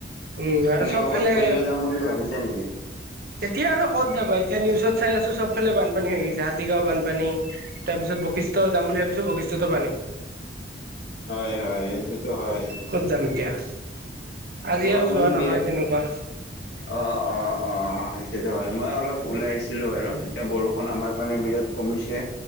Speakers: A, on the right (about 55°); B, on the left (about 60°).
A: উম আৰু
B: এনে
A: চবফালে
B: কৰ'বাত ফুৰিব যাম বুলি ভাবিছা নেকি
A: এতিয়া আৰু ক'ত যাবা এতিয়া নিউজত চাই আছো চবফালে বানপানী হৈ গৈছে হাতীগাঁও বানপানী তাৰপিছত বশিষ্ট যাম বুলি ভাবিছো বশিষ্টতো পানী
B: হয় হয় এইটোতো হয়
A: ক'ত যাম এতিয়া আজি
B: তোমাৰ
A: আৰু
B: মানে
A: যোৱা নহয়
B: বিয়ে
A: তেনেকুৱা
B: অ অ অ সেইটোতো হয় মই অলপ ওলাই আহিছিলোঁ বাৰু এতিয়া বৰষুণ আমাৰ পানে বিৰাট কমিছে